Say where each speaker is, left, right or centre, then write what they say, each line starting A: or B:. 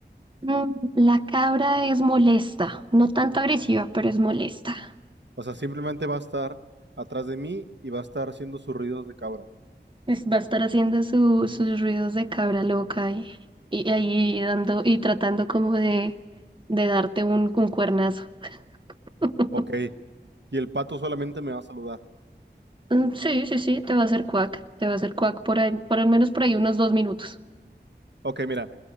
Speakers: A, on the right; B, on the right.
A: Mm, La cabra es molesta, no tanto agresiva, pero es molesta.
B: O sea, simplemente va a estar atrás de mí y va a estar haciendo sus ruidos de cabra.
A: Es- va a estar haciendo su- sus ruidos de cabra loca y, y ahí dando y tratando como de, de darte un, un cuernazo. <laughs>
B: Ok. Y el pato solamente me va a saludar.
A: Mm, Sí, sí, sí, te va a hacer cuac, te va a hacer cuac por ahí, por al menos por ahí unos dos minutos.
B: Ok, mira,